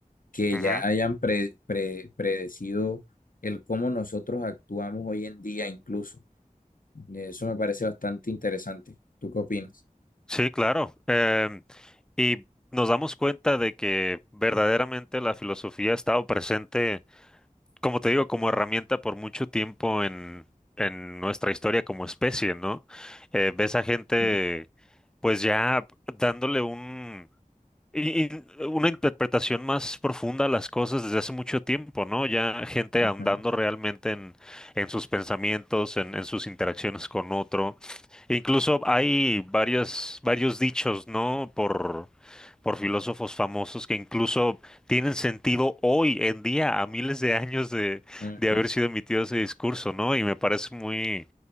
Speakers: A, on the left; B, in the centre.
A: que
B: Ujú,
A: ya hayan pre- pre- predecido el cómo nosotros actuamos hoy en día incluso. Eso me parece bastante interesante. ¿Tú qué opinas?
B: Sí, claro. Em, y nos damos cuenta de que verdaderamente la filosofía ha estado presente, como te digo, como herramienta por mucho tiempo en, en nuestra historia como especie, ¿no? Eh, ves a gente,
A: Ujú,
B: pues ya dándole un, y- y una interpretación más profunda a las cosas desde hace mucho tiempo, ¿no? Ya gente
A: ujú.
B: ahondando realmente en, en sus pensamientos, en en sus interacciones con otro. Incluso hay varios, varios dichos, ¿no? Por, por filósofos famosos que incluso tienen sentido hoy en día, a miles de años de,
A: Ujú.
B: de haber sido emitido ese discurso, ¿no? Y me parece muy,